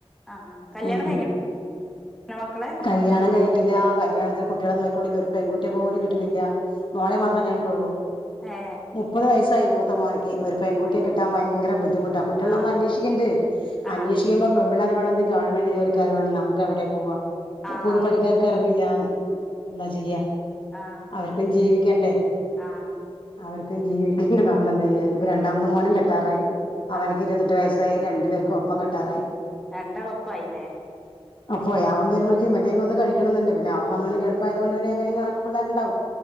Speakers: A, in the centre; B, on the left.
A: ആ കല്യാണം
B: ഉം --
A: കഴിഞ്ഞോ മക്കളെ
B: കല്യാണം കഴിഞ്ഞിട്ടില്ല കല്യാണത്തിൽ കുട്ടികളെ നോക്കിക്കുണ്ടെങ്കിൽ ഒരു പെൺകുട്ടിയെ പോലും കിട്ടണില്ല. മോളെ മാത്രേ കഴിഞ്ഞിട്ടുള്ളൂ
A: ഏ
B: മുപ്പത് വയസ്സായി മൂത്ത മോന് ഒരു പെൺകുട്ടിയെ
A: അയ്യോ
B: കിട്ടാ ഭയങ്കര ബുദ്ധിമുട്ട് കുട്ടികൾ നമ്മൾ
A: ആ
B: അന്വേഷിക്കേണ്ട്
A: ആ
B: അന്വേഷിക്കുമ്പോ പിള്ളേർ വേണ ഗവൺമെന്റ് ജോലിക്കാർ വേണം നമുക്കെവിടെ പോവാ.
A: ആ
B: കൂലിപ്പണിക്കാർ എന്താ ചെയ്യ
A: ആഹ്
B: അവർക്കും ജീവിക്കണ്ടേ?
A: ആഹ്
B: അവർക്കും ജീവിക്കണ്ട് നമ്മളെന്താ
A: ജീവിക്കന്നെ
B: ചെയ് രണ്ടാമത്തെ മോനും കെട്ടറായി അവനക്ക്
A: ആഹ്
B: ഇരുപത്തെട്ട് വയസ് -- രണ്ട് പേർക്കും ഒപ്പം കെട്ടാറായി
A: രണ്ടാളും ഒപ്പായില്ലേ
B: അപ്പ അവൻ വരു ന്ന് കഴിക്കണ്ട്ന്നെ അവ വെ ഗൾഫായത് കൊണ്ട് അങ്ങനെ പിള്ളേരുണ്ടാവും.